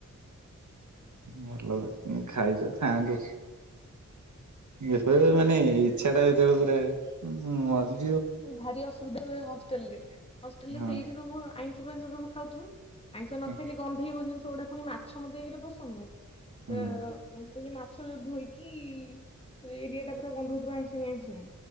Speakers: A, on the right; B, on the left.
A: ଭଲ ଖାଇଛ ଖାଆନ୍ତୁ। ଏବେ ମାନେ ଇଛାଟା ଯେତେବେଳେ ପୁରା ଉଁ ମ୍
B: ଭାରି ଅସୁବିଧା ହୁଏ ହଷ୍ଟେଲରେ। ହଷ୍ଟେଲରେ
A: ହଁ
B: ସେଇଠି ସବୁ ଆଇଁଷ ଫାଇଁଷ ସବୁ ଖାଉଥିବେ ଆଇଁଷ ନ
A: ହଁ
B: ଖାଇଲେ ଗନ୍ଧେଇବ ଜିନିଷ ଗୁଡା ପୁଣି ମାଛ ମତେ ଏକ ରେ ପସନ୍ଦ ନୁହେଁ।
A: ହଁ
B: ସେ ସେ ଯୋଉ ମାଛ ଯୋଉ ଧୋଇକି ସେ ଏରିଆ ଟା ପୁରା ଗନ୍ଧଉଥିବ ଆଇଁସିଣିଆ ଆଇଁସିଣିଆ।